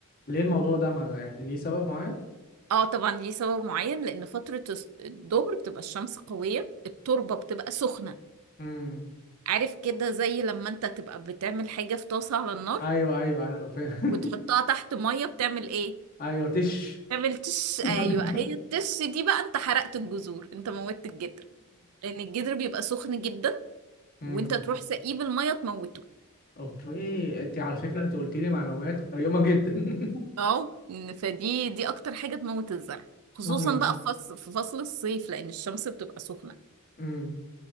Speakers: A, on the left; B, on the right.
A: ليه الموضوع ده ما يعني ليه سبب معين
B: اه طبعا ليه سبب معين لان فترة الس- الظهر بتبقى الشمس قوية التربة بتبقى سخنة
A: امم
B: عارف كده زي لما انت تبقى بتعمل حاجة في طاسة على النار
A: ايوه ايوه ايوه فاهم
B: وتحطها تحت مية بتعمل ايه
A: <laughs> ايوه تش
B: تعمل تش ايوه
A: <laughs>
B: هي التش دي بقى انت حرقت الجذور انت موتت الجدر لان الجدر بيبقى سخن جدا
A: امم
B: وانت تروح سقيه بالمية تموته
A: اوكي انت على فكره انت قلت لي معلومات قيمه جدا <laughs>
B: اه فدي دي اكتر حاجة تموت الزرع خصوصا
A: امم
B: بقى في فصل في فصل الصيف لان الشمس بتبقى سخنة
A: امم